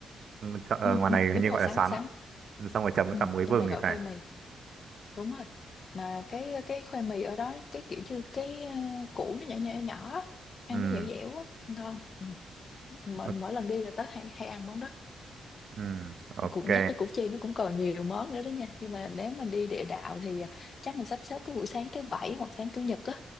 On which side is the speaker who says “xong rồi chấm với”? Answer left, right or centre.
Right